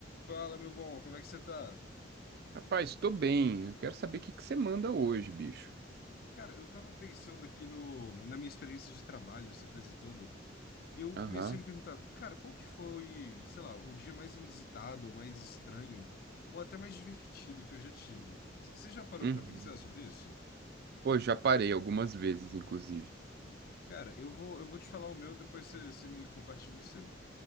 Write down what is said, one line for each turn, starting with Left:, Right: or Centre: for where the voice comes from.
Left: Fala, meu bom, como é que você tá?
Right: Rapaz, estou bem. Eu quero saber o que que você manda hoje, bicho.
Left: Cara, eu tava pensando aqui no, na minha experiência de trabalho, essa coisa toda, e eu
Right: Aham.
Left: comecei a me perguntar, cara, qual que foi, sei lá, o dia mais inusitado, ou mais estranho, ou até mais divertido que eu já tive? C- Você já parou
Right: Uhum.
Left: pra pensar sobre isso?
Right: Pô, já parei algumas vezes, inclusive.
Left: Cara, eu vou, eu vou te falar o meu, depois você, você me compartilha o seu.